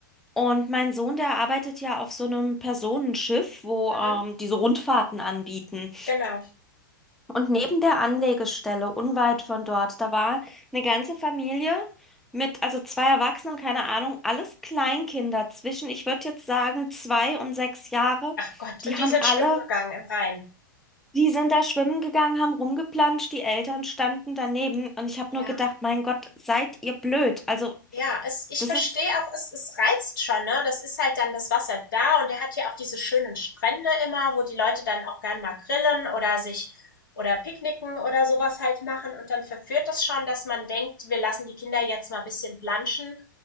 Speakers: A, in the centre; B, on the left.
A: Und mein Sohn, der arbeitet ja auf so einem Personenschiff, wo
B: mhm,
A: ähm, diese Rundfahrten anbieten.
B: genau.
A: Und neben der Anlegestelle, unweit von dort, da war eine ganze Familie mit, also zwei Erwachsenen, keine Ahnung, alles Kleinkinder zwischen, ich würde jetzt sagen, zwei und sechs Jahre.
B: Ach Gott,
A: Die
B: und
A: haben
B: die sind
A: alle
B: schwimmen gegangen im Rhein.
A: die sind da schwimmen gegangen, haben rumgeplanscht, die Eltern standen daneben und ich habe
B: Ja.
A: nur gedacht, mein Gott, seid ihr blöd. Also,
B: Ja, es ich
A: das
B: verstehe
A: ist,
B: auch, es es reizt schon, ne? Das ist halt dann das Wasser da und er hat ja auch diese schönen Strände immer, wo die Leute dann auch gern mal grillen oder sich oder Picknicken oder sowas halt machen und dann verführt das schon, dass man denkt, wir lassen die Kinder jetzt mal ein bisschen planschen